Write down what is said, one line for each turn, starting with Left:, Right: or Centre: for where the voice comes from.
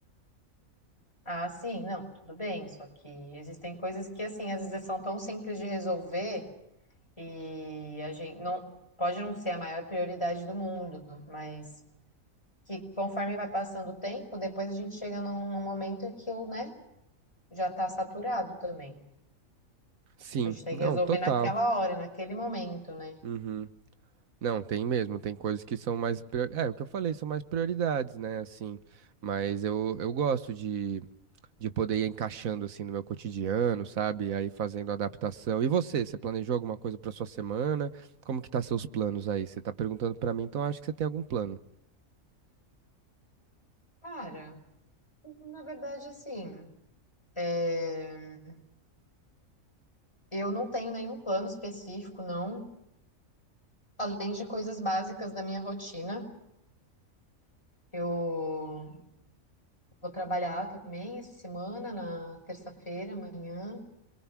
Left: Ah, sim, não, tudo bem. Só que existem coisas que, assim, às vezes são tão simples de resolver e a gente não pode não ser a maior prioridade do mundo, mas que conforme vai passando o tempo, depois a gente chega num, num momento que aquilo, né, já tá saturado também.
Right: Sim,
Left: A gente tem
Right: não,
Left: que resolver
Right: total.
Left: naquela hora, naquele momento, né?
Right: Uhum. Não, tem mesmo, tem coisas que são mais, prior- é, o que eu falei, são mais prioridades, né, assim, mas eu, eu gosto de, de poder ir encaixando, assim, no meu cotidiano, sabe, aí fazendo adaptação. E você, você planejou alguma coisa para sua semana? Como que tá seus planos aí? Você tá perguntando para mim, então eu acho que você tem algum plano.
Left: Cara, na verdade, assim, é, eu não tenho nenhum plano específico, não. Além de coisas básicas da minha rotina. Eu vou trabalhar também essa semana, na terça-feira, amanhã.